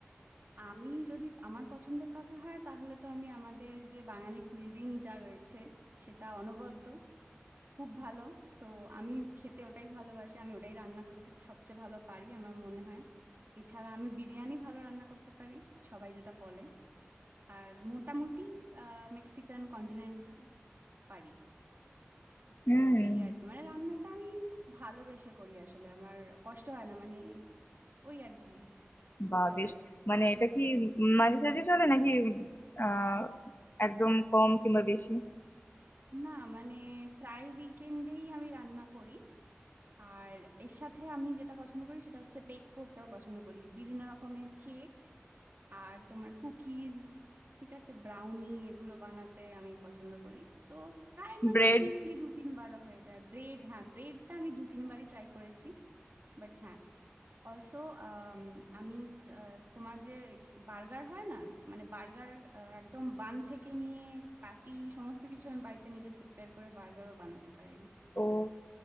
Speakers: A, on the right; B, on the left.
A: আমি যদি আমার পছন্দের কথা হয় তাহলে তো আমি আমাদের যে বাঙালি কুইজিন যা রয়েছে সেটা অনবদ্য খুব ভালো তো আমি খেতে ওটাই ভালোবাসি আমি ওটাই রান্না করতে সবচেয়ে ভালো পারি আমার মনে হয় এছাড়া আমি বিরিয়ানি ভালো রান্না করতে পারি সবাই যেটা বলে আর মোটামুটি আহ মেক্সিকান কন্টিনেন্টাল পারি
B: হুম
A: তো এই আর কি মানে রান্নাটা আমি খুব ভালোবেসে করি আসলে আমার কষ্ট হয় না মানে ওই আর কি
B: বা
A: করতে
B: বেশ
A: পারি
B: মানে এটা কি মাঝে সাঝে চলে নাকি আহ একদম কম কিংবা বেশি
A: না মানে প্রায় উইকেন্ডেই আমি রান্না করি আর এর সাথে আমি যেটা পছন্দ করি সেটা হচ্ছে বেক করতেও পছন্দ করি বিভিন্ন রকমের কেক আর তোমার কুকিজ ঠিক আছে ব্রাউনি এগুলো বানাতে আমি পছন্দ করি তো প্রায় মানে
B: ব্রেড
A: উইকলি দু তিনবারও হয়ে যায় ব্রেড হ্যাঁ ব্রেডটা আমি দু তিনবারই ট্রাই করেছি বাট হ্যাঁ অলসো আমি আহ, তোমার যে বার্গার হয় না মানে বার্গার একদম বান থেকে নিয়ে প্যাটি সমস্ত কিছু আমি বাড়িতে নিজে প্রিপেয়ার করে বার্গারও বানাতে পারি
B: ও